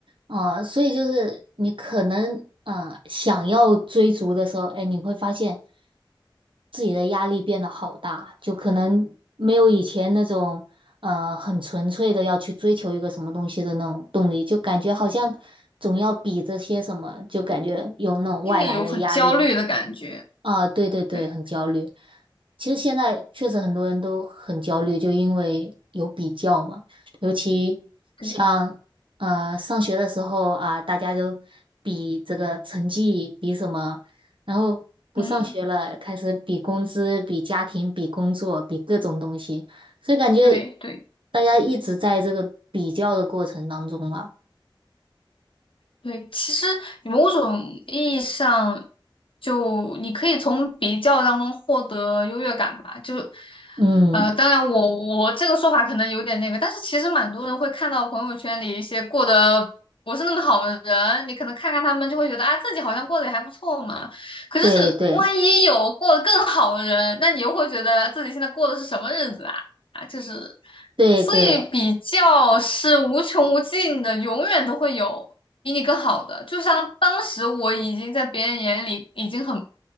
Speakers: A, on the right; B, on the left.
A: 呃，所以就是你可能嗯，想要追逐的时候，哎，你会发现自己的压力变得好大，就可能没有以前那种呃很纯粹的要去追求一个什么东西的那种动力，就感觉好像总要比着些什么，
B: 对，
A: 就感觉有那种外来的压力。
B: 心里有很焦虑的感觉。
A: 啊，对对对，
B: 对
A: 很焦虑。其实现在确实很多人都很焦虑，就因为有比较嘛。尤其像呃上学的时候啊，
B: 对，
A: 大家都比这个成绩，比什么，然后不上学了，
B: 嗯，
A: 开始比工资、比家庭、比工作、比各种东西，所以感觉
B: 对对。
A: 大家一直在这个比较的过程当中了。
B: 对，其实你某种意义上，就你可以从比较当中获得优越感吧。就，
A: 嗯，
B: 呃，当然我我这个说法可能有点那个，但是其实蛮多人会看到朋友圈里一些过得不是那么好的人，你可能看看他们就会觉得啊，自己好像过得也还不错嘛。可是是万一有过得更好的人，
A: 对对
B: 那你又会觉得自己现在过的是什么日子啊？啊，就是
A: 对对，
B: 所以比较是无穷无尽的，永远都会有比你更好的。就像当时我已经在别人眼里已经很